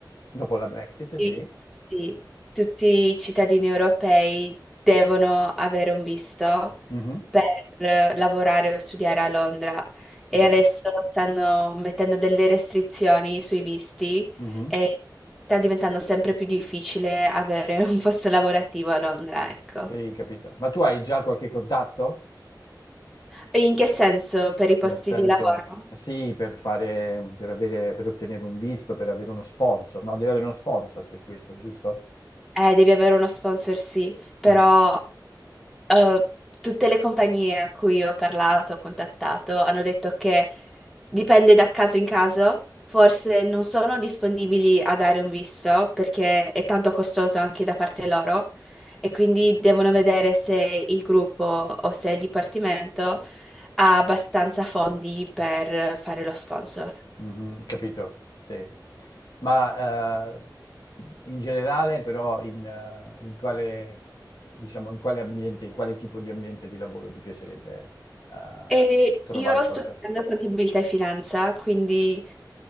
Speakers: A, on the left (about 60°); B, in the centre.
A: Dopo la Brexit,
B: Sì,
A: sì.
B: sì. Tutti i cittadini europei devono avere un visto
A: Mhm,
B: per eh, lavorare o studiare a Londra e
A: Capito?
B: adesso stanno mettendo delle restrizioni sui visti
A: Mhm.
B: e sta diventando sempre più difficile avere <laughs> un posto lavorativo a Londra, ecco.
A: Sì, capito. Ma tu hai già qualche contatto?
B: E In che senso per i posti
A: Nel senso,
B: di lavoro?
A: sì, per fare, per avere, per ottenere un visto, per avere uno sponsor, no? Devi avere uno sponsor per questo, giusto?
B: Eh, devi avere uno sponsor, sì, però
A: Mm.
B: eh, tutte le compagnie a cui ho parlato, ho contattato, hanno detto che dipende da caso in caso, forse non sono disponibili a dare un visto perché è tanto costoso anche da parte loro e quindi devono vedere se il gruppo o se il dipartimento ha abbastanza fondi per fare lo sponsor.
A: Mhm, Capito, sì. Ma eh, in generale, però, in, eh, in quale, diciamo, in quale ambiente, in quale tipo di ambiente di lavoro ti piacerebbe eh,
B: E
A: trovare
B: io sto
A: qualcosa?
B: studiando contabilità e finanza, quindi